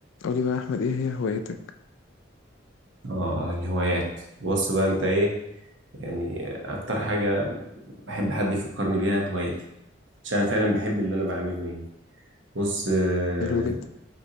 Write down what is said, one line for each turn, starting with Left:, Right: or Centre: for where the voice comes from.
Left: قولي بقى يا أحمد إيه هي هوايتك؟
Right: اه الهوايات بص بقى انت ايه يعني اكتر حاجة بحب حد يفكرني بيها هوايتي عشان انا فعلا بحب اللي انا بعمله يعني بص اه
Left: حلو جدا